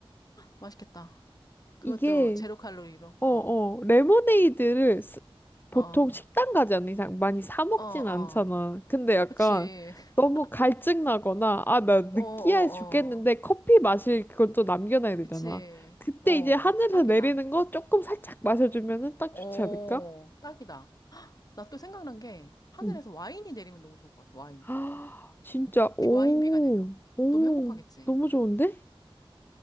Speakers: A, on the left (about 40°); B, on the left (about 20°).
A: 맛있겠다. 그것도
B: 이게
A: 제로 칼로리로.
B: 어,
A: 어,
B: 어, 레모네이드를 스-
A: 어,
B: 보통 식당 가지 않는 이상 많이 사 먹진
A: 어, 어.
B: 않잖아. 근데 약간
A: 그치. <laughs>
B: 너무 갈증 나거나, 아, 나 느끼해
A: 어, 어,
B: 죽겠는데
A: 어.
B: 커피 마실 그걸 또 남겨놔야 되잖아.
A: 그치.
B: 그때
A: 어,
B: 이제 하늘에서
A: 딱이다.
B: 내리는 거 조금 살짝 마셔주면은 딱
A: 어,
B: 좋지 않을까?
A: 딱이다. 나 또 생각난 게 하늘에서
B: 응.
A: 와인이 내리면 너무 좋을 것 같아. 와인.
B: <gasps> 아, 진짜, 오,
A: 비- 와인비가 내려.
B: 오,
A: 너무 행복하겠지.
B: 너무 좋은데?